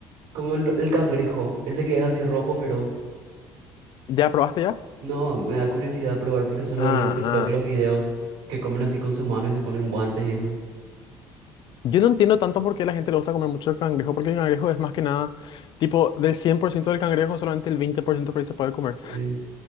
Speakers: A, on the right (about 75°); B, on the left (about 55°).
A: como el, el cangrejo, ese que es así rojo feroz.
B: ¿Ya probaste ya?
A: No, me da curiosidad probar porque suelo
B: Ah,
A: ver en TikTok los
B: ah.
A: videos que comen así con su mano y se ponen guantes y eso.
B: Yo no entiendo tanto por qué a la gente le gusta comer mucho el cangrejo, porque el cangrejo es más que nada, tipo, del 100% del cangrejo, solamente el 20% por ciento por ahí se puede comer.
A: Eh,